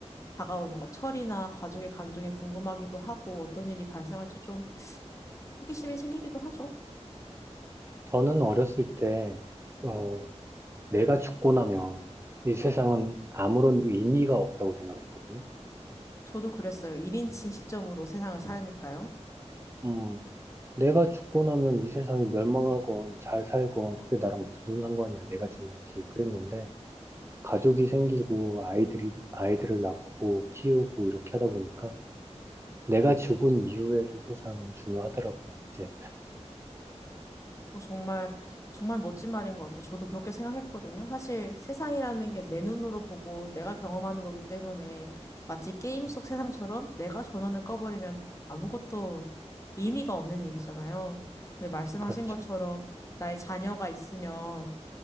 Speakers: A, on the left; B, on the right.
A: 다가올 뭔가 철이나 가족의 감정이 궁금하기도 하고 어떤 일이 발생할지 좀 호기심이 생기기도 하죠.
B: 저는 어렸을 때, 어, 내가 죽고 나면 이 세상은 아무런 의미가 없다고 생각을 했거든요.
A: 저도 그랬어요. 1인칭 시점으로 세상을 살니까요.
B: 음, 내가 죽고 나면 이 세상이 멸망하건 잘 살건 그게 나랑 무슨 상관이야. 내가 중요하지. 그랬는데 가족이 생기고 아이들이 아이들을 낳고 키우고 이렇게 하다 보니까 내가 죽은 이후에도 세상은 중요하더라고요. 이제
A: 어, 정말, 정말 멋진 말인 것 같아요. 저도 그렇게 생각했거든요. 사실 세상이라는 게 내 눈으로 보고 내가 경험하는 거기 때문에 마치 게임 속 세상처럼 내가 전원을 꺼버리면 아무것도 의미가 없는 일이잖아요. 근데 말씀하신
B: 그렇죠.
A: 것처럼 나의 자녀가 있으면